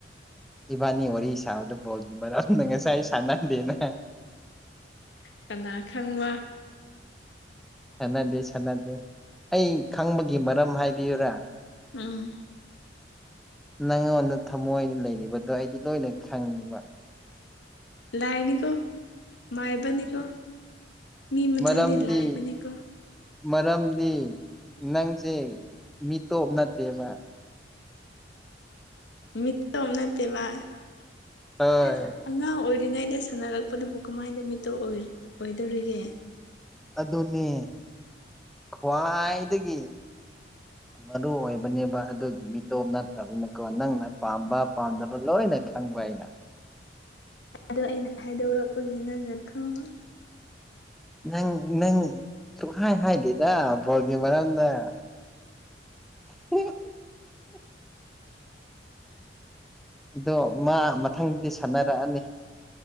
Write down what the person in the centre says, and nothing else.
ꯏꯕꯥꯅꯤ ꯋꯥꯔꯤ ꯁꯥꯕꯗ ꯕꯣꯜꯒꯤ ꯃꯔꯝꯗ ꯉꯁꯥꯏ ꯑꯩ ꯁꯥꯟꯅꯗꯦꯅꯦ
ꯁꯥꯟꯅꯗꯦ ꯁꯥꯟꯅꯗꯦ ꯑꯩ ꯈꯪꯕꯒꯤ ꯃꯔꯝ ꯍꯥꯏꯕꯤꯌꯨꯔꯥ
ꯅꯪꯉꯣꯟꯗ ꯊꯃꯣꯏꯅ ꯂꯩꯔꯤꯕꯗꯣ ꯑꯩꯗꯤ ꯂꯣꯏꯅ ꯈꯪꯉꯦꯕ
ꯃꯔꯝꯗꯤ
ꯃꯔꯝꯗꯤ ꯅꯪꯁꯦ ꯃꯤꯇꯣꯞ ꯅꯠꯇꯦꯕ
ꯍꯣꯏ
ꯑꯗꯨꯅꯦ ꯈ꯭ꯋꯥꯏꯗꯒꯤ ꯃꯔꯨ ꯑꯣꯏꯕꯅꯦꯕ ꯑꯗꯨꯒꯤ ꯃꯤꯇꯣꯞ ꯅꯠꯇꯕꯅꯀꯣ ꯅꯪꯅ ꯄꯥꯝꯕ ꯄꯥꯝꯗꯕ ꯂꯣꯏ ꯅꯈꯪꯕ ꯑꯩꯅ
ꯅꯪ ꯅꯪ ꯁꯨꯡꯍꯥꯏ ꯍꯥꯏꯗꯦꯗ ꯕꯣꯜꯒꯤ ꯃꯔꯝꯗ꯫ <unintelligible> ꯑꯗꯣ ꯃꯥ ꯃꯊꯪꯗꯤ ꯁꯥꯟꯅꯔꯛꯑꯅꯤ